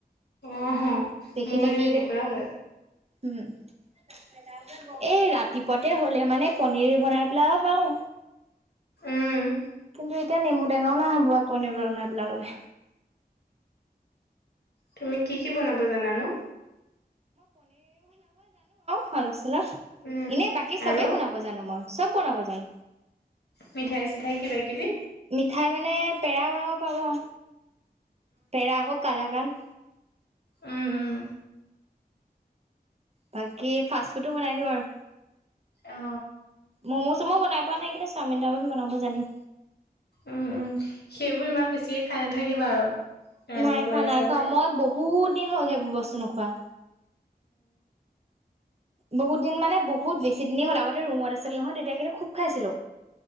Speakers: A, on the left (about 80°); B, on the right (about 40°).
A: অ হ
B: দেখি
A: মোৰো
B: থাকিল
A: সেই তেনেকুৱা
B: দে
A: হয়
B: উম <unintelligible> এই ৰাতিপুৱাতে হ'লে মানে পনিৰ বনাই পেলাইও পাওঁ।
A: উম
B: কিন্তু এতিয়া নেমু ডেঙও নাই হ'ব, পনীৰবোৰ বনাই পেলাবলে।
A: তুমি কি কি বনাব জানানো?
B: ভাল আছে।
A: উম
B: এনে বাকী
A: আৰু
B: চবেই বনাব জানো মই। চব বনাব জানো।
A: মিঠাই চিঠাই কিবা কিবি?
B: মিঠাই মানে পেৰা বনাব পাওঁ আও। পেৰা আকৌ কালাকান
A: উম উম।
B: বাকী ফাষ্ট ফুডো বনাই দিওঁ আৰু।
A: অ।
B: ম'ম' চ'মো বনাই পোৱা নাই কিন্তু চাওমিন টাওমিন বনাব জানিম।
A: উম উম সেইবোৰ ইমান বেছিকে খাই নাথাকিবা আৰু। ৰানিং
B: নাই
A: কৰি
B: খোৱা
A: আছা
B: নাই খোৱা
A: যে।
B: মই বহুত দিন হ'ল সেইবোৰ বস্তু নোখোৱা। বহুত দিন মানে বহুত বেছি দিনে হ'ল আগতে ৰুমত আছিল নহয় তেতিয়া কিন্তু খুব খাইছিলো।